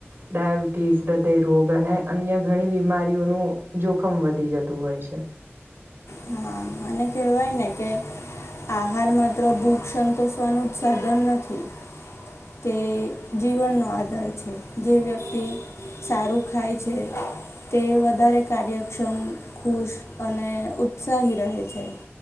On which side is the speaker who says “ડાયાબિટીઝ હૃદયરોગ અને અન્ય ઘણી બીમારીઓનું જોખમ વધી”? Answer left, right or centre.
Right